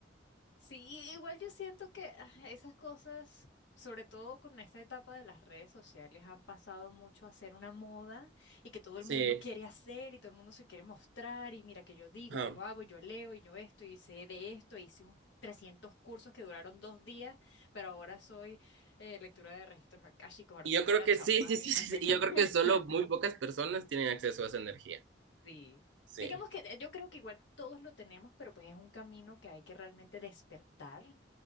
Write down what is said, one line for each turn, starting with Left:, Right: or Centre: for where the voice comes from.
Left: Sí, igual yo siento que ah, esas cosas, sobre todo con esta etapa de las redes sociales, han pasado mucho a ser una moda y que todo el
Right: Sí.
Left: mundo quiere hacer y todo el mundo se quiere mostrar y mira que yo digo,
Right: Ajá.
Left: yo hago, yo leo y yo esto y sé de esto, e hice un 300 cursos que duraron dos días, pero ahora soy eh, lectura de registros akáshicos, ahora
Right: Y
Left: soy
Right: yo creo
Left: una
Right: que
Left: chamán
Right: sí, sí, sí,
Left: y
Right: sí,
Left: no sé
Right: sí, y
Left: qué.
Right: yo creo
Left: <laughs>
Right: que solo muy pocas personas tienen acceso a esa energía.
Left: Sí.
Right: Sí.
Left: Digamos que eh, yo creo que igual todos lo tenemos, pero pues es un camino que hay que realmente despertar